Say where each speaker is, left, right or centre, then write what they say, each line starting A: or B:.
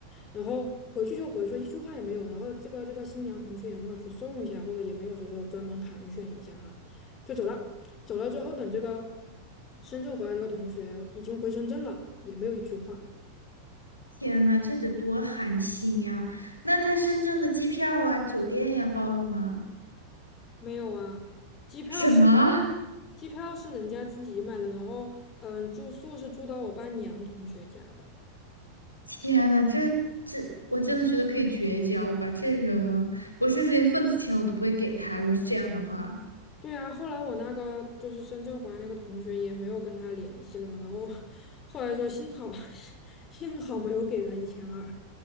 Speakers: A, on the left; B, on the left.
A: 然后回去就回去，一句话也没有。然后这个这个新娘同学也没有去送一下，或者也没有就是专门寒暄一下哈，就走了。走了之后，等这个深圳回来，这个同学已经回深圳了，也没有一句话。
B: 天呐，这得多寒心呀！那他深圳的机票啊、酒店呀包了吗？
A: 没有啊，机票是
B: 什么？
A: 机票是人家自己买的，然后嗯，住宿是住到我伴娘同学家的。
B: 天呐，这这，我真的觉得可以绝交吧！这人，我甚至连份子钱我都不会给他。如果是这样的话，
A: 对啊，后来我那个就是深圳回来那个同学也没有跟他联系了嘛，然后 <laughs> 后来说幸好 <laughs> 幸好没有给他一千二。